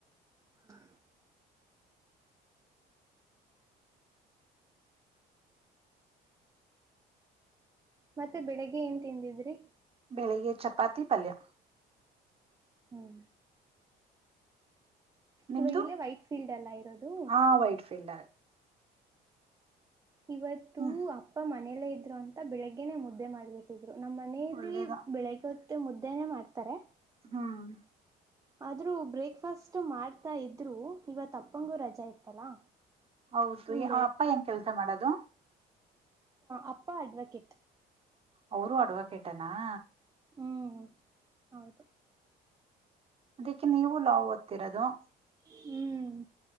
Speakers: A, on the right; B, on the right.
A: ಹಾ ಮತ್ತೆ ಬೆಳಿಗ್ಗೆ ಏನ್ ತಿಂದಿದ್ರಿ
B: ಬೆಳಿಗ್ಗೆ ಚಪಾತಿ ಪಲ್ಯ
A: ಹ್ಮ್
B: ನಿಮ್ದು
A: ಇವಾಗ ಇಲ್ಲೇ ವೈಟ್ ಫೀಲ್ಡ್ ಎಲ್ಲ ಇರೋದು
B: ಆ ವೈಟ್ ಫೀಲ್ಡರ್
A: ಇವತ್ತು
B: ಹ್ಮ್
A: ಅಪ್ಪ ಮನೆಯಲ್ಲೇ ಇದ್ರು ಅಂತ ಬೆಳಿಗ್ಗೆನೆೇ ಮುದ್ದೆ ಮಾಡ್ಬಿಟ್ಟಿದ್ರು ನಮ್ಮ್ ಮನೆಯಲ್ಲಿ
B: ಒಳ್ಳೇದ
A: ಬೆಳಗ್ಗೆ ಹೊತ್ತ ಮುದ್ದೆನೇ ಮಾಡ್ತಾರೆ
B: ಹ್ಮ್
A: ಆದ್ರೂ ಬ್ರೇಕ್ಫಾಸ್ಟ್ ಮಾಡ್ತಾ ಇದ್ರು ಇವತ್ಪ್ಪಂಗೂ ರಜೆಾ ಇತ್ತಲ್ಲಾ
B: ಹೌದು
A: ಹ್ಮ್
B: ಆ ಅಪ್ಪ ಏನ್ ಕೆಲ್ಸ ಮಾಡದು
A: ಅಪ್ಪಾ ಅಡ್ವಕೇಟ್
B: ಅವರು ಅಡವಾ ಕೇಟ್ಟಾನ <inaudible>
A: ಹ್ಮ್ ಹೌದು
B: ಅದಕ್ಕೆ ನೀವು ಲಾವ್ ಓದ್ತ್ತಿರೋದು.
A: ಹ್ಮ್